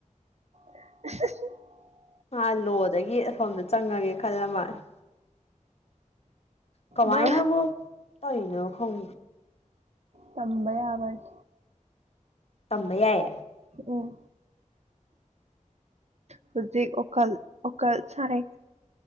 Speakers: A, on the right; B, on the left.
A: <unintelligible>
B: ꯑ ꯂꯣꯗꯒꯤ ꯁꯣꯝꯗ ꯆꯪꯉꯒꯦ ꯈꯜꯂ ꯃꯥꯜꯂꯦ ꯀꯃꯥꯏꯅꯕꯨꯅ
A: ꯃꯥ
B: ꯍꯣꯡ
A: ꯇꯝꯕꯩ ꯌꯥꯕꯅꯤ
B: ꯇꯝꯕꯩ ꯌꯥ
A: ꯎꯝ ꯍꯧꯖꯤꯛ ꯑꯣꯈꯜ ꯋꯥꯀꯜ ꯁꯥꯅꯩ